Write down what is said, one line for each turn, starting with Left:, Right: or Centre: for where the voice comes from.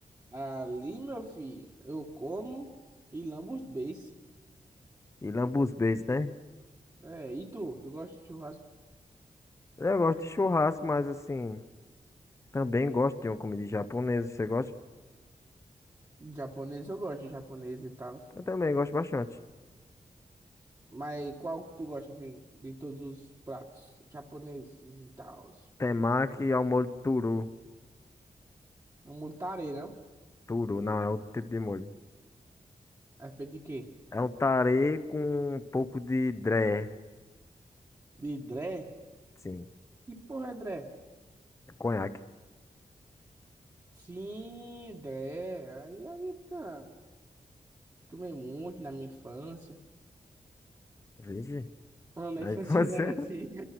Right: Ali, meu filho, eu como e lambo os beiços.
Left: E lambuzbês, né?
Right: É, e tu? Tu gosta de churrasco
Left: Eu gosto de churrasco, mas assim, também gosto de uma comida japonesa. Você gosta?
Right: japonês? Eu gosto de japonês e tal.
Left: Eu também gosto bastante.
Right: Mas qual que tu gosta, assim, de todos os pratos japoneses e tal?
Left: Temaki ao molho turu.
Right: Um multare, não?
Left: Turu, não, é outro tipo de molho.
Right: É feito de quê?
Left: É um tare com um pouco de dré.
Right: De dré?
Left: Sim,
Right: Que porra é dré?
Left: conhaque.
Right: Sim, Dré. Aí, aí fica. Tomei muito na minha infância.
Left: Vixe,
Right: Não, na
Left: aí
Right: infância
Left: você.
Right: não, assim.